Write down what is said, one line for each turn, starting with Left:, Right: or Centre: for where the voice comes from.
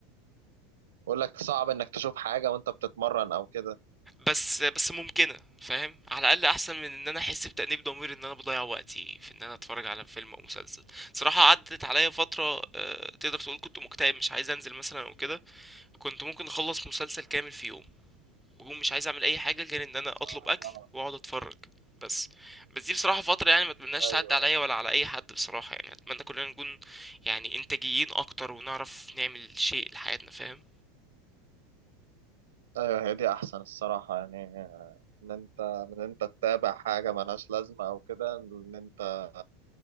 Right: بقول لك صعب انك تشوف حاجة وانت بتتمرن او كده
Centre: بس بس ممكنة فاهم على الأقل أحسن من إن أنا أحس بتأنيب ضمير إن أنا بضيع وقتي في إن أنا أتفرج على فيلم أو مسلسل صراحة عدت عليا فترة آه، تقدر تقول كنت مكتئب مش عايز أنزل مثلا أو كده كنت ممكن أخلص مسلسل كامل في يوم بقوم مش عايز أعمل أي حاجة غير إن أنا أطلب
Right: آه،
Centre: أكل وأقعد أتفرج بس بس دي بصراحة فترة يعني ما أتمناش
Right: أيوه
Centre: تعدي عليا ولا على أي حد بصراحة يعني أتمنى كلنا نكون يعني إنتاجيين أكتر ونعرف نعمل شيء لحياتنا فاهم
Right: ايوه هي دي احسن الصراحة يعني آه، ان انت من انت تتابع حاجة ملهاش لازمة او كده ان انت